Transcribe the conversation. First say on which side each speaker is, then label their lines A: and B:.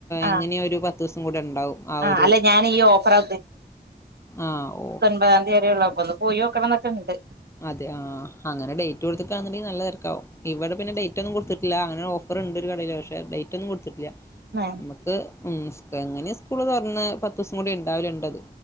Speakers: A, on the left; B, on the right.
A: ഇങ്ങനെ
B: ആഹ്
A: ഒരു പത്ത്ദിവസം കൂടെ ഇണ്ടാവും ആ
B: ആഹ്
A: ഒരു
B: അല്ല ഞാൻ ഈ ഓഫറാ
A: ആ ഓ
B: അദ്യായിട്ടാണല്ലോ ഒന്ന് പോയി നോക്കണമെന്നൊക്കെ ഉണ്ട്.
A: അതെ ആ അങ്ങനെ ഡേറ്റ് കൊടുത്തടാണെങ്കിൽ നല്ല തെരക്കാവും, ഇവിടെ പിന്നെ ഡേറ്റ് ഒന്നും കൊടുത് ഇല്ല അങ്ങനെ ഓഫർ ഇണ്ട്. <unintelligible> പക്ഷേ ഡേറ്റ് ഒന്നും കൊടുത്തിട്ടില്ല,
B: ആഹ്
A: നമുക്ക് ഉം സ് എങ്ങനെ സ് സ്കൂള് തൊറന്ന് പത്ത് സം കൂടി ഇണ്ടാവിലിണ്ടത്.